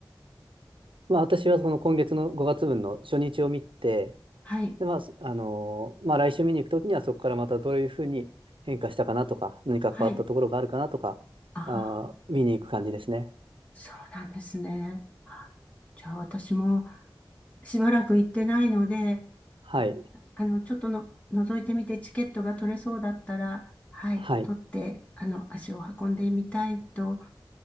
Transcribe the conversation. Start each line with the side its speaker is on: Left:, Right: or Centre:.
Right: まあ、私はその今月の5月分の初日を見て、
Left: はい、
Right: で、まあ、すあのーまあ、来週見に行くときにはそこからまたどういうふうに変化したかなとか、何か変わったところがあるかなとか、
Left: はい。ああ、
Right: あー、見に行く感じですね。
Left: そうなんですね。あじゃあ私もしばらく行ってないので、
Right: はい。
Left: あの、ちょっとの、覗いてみてチケットが取れそうだったら、はい、
Right: はい。
Left: 取って、あの、足を運んでみたいと